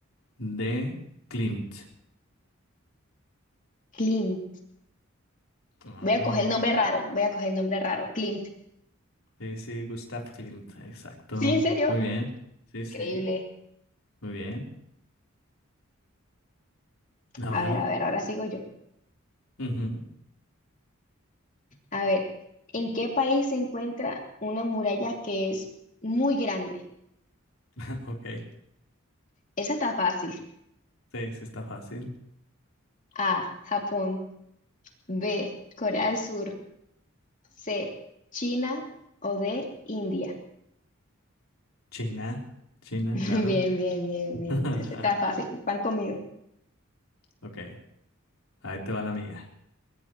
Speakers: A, on the left (about 80°); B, on the left (about 35°).
A: D. Klimt.
B: Klimt.
A: Ah,
B: Voy a coger
A: muy bien.
B: el nombre raro, voy a coger el nombre raro. Klimt.
A: Sí, sí, Gustav Klimt, exacto.
B: ¿Sí, en serio?
A: Muy bien. Sí,
B: Increíble.
A: sí, muy bien. A
B: A
A: ver.
B: ver, a ver, ahora sigo yo.
A: ujú,
B: A ver, ¿en qué país se encuentra una muralla que es muy grande?
A: <laughs> Ok.
B: Esa está fácil.
A: Sí, sí, está fácil.
B: A, Japón. B, Corea del Sur. C, China. O D, India.
A: China, China,
B: <laughs> Bien,
A: claro.
B: bien, bien, bien.
A: <laughs>
B: Esa está fácil. Van conmigo.
A: Ok, ahí te va la mía.